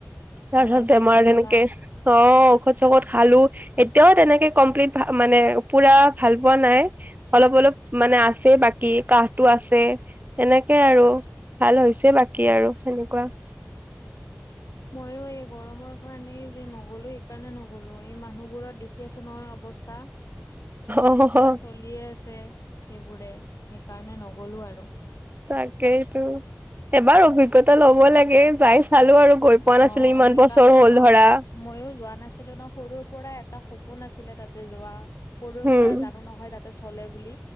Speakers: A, on the right; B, on the left.
A: তাৰপিছত
B: অ', এতিয়া
A: বেমাৰ
B: ভাল পালা
A: তেনেকে চপ ঔষধ চৌখত খালো এতিয়াও তেনেকে কমপ্লিট মানে পুৰা ভাল পোৱা নাই অলপ অলপ মানে আছে বাকী কি কাহটো আছে এনেকে আৰু ভাল হৈছে বাকী আৰু সেনেকুৱা। <inaudible>
B: ময়ো এই গৰমৰ কাৰণেই যে নগলো সেইকাৰণে নগলো এই মানুহ বোৰত দেখি আছো নহয়। বস্তা।
A: অ
B: চলিয়ে আছে সেইবোৰে সেইকাৰণে নগলো আৰু।
A: তাকেইতো, এবাৰ অভিজ্ঞতা ল'ব লাগে যাই। চালো আৰু
B: অৱ,
A: গৈ পোৱা নাছিলো ইমান
B: সেইকাৰণে
A: বছৰ হ'ল
B: অৱ
A: ধৰা
B: মইয়ো যোৱা নাছিলো ন সৰুৰ পৰাই এটা সপোন আছিলে তাতে যোৱা সৰুৰ পৰা
A: উম
B: জানো নহয় তাতে চলে বুলি।